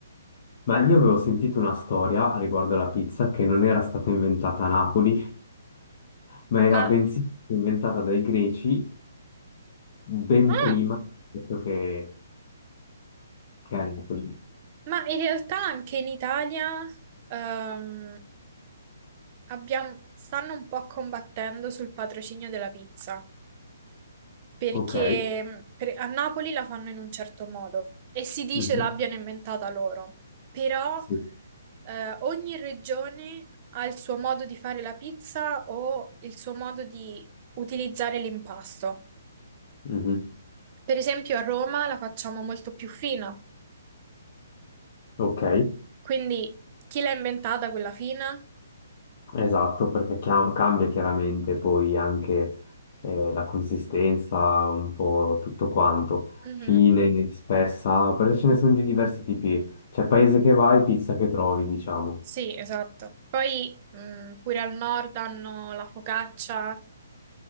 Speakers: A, on the left; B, on the right.
A: Ma io avevo sentito una storia riguardo alla pizza che non era stata inventata a Napoli, ma era
B: Ma,
A: bensì inventata dai greci ben
B: ah,
A: prima rispetto che, che a Napoli.
B: ma in realtà anche in Italia ehm, abbiamo- stanno un po' combattendo sul patrocinio della pizza. perché
A: Ok?
B: mm, per- a Napoli la fanno in un certo modo e si dice
A: Mhm.
B: l'abbiano inventata loro, però
A: Sì.
B: eh, ogni regione ha il suo modo di fare la pizza o il suo modo di utilizzare l'impasto.
A: Mhm.
B: Per esempio a Roma la facciamo molto più fina,
A: Ok,
B: quindi chi l'ha inventata quella fina?
A: esatto, perché chia- cambia chiaramente poi anche eh, la consistenza, un po' tutto quanto,
B: Mhm.
A: fine, spessa, perché ce ne sono di diversi tipi. C'è paese che vai, pizza che trovi, diciamo.
B: Sì, esatto. Poi mh, pure al nord hanno la focaccia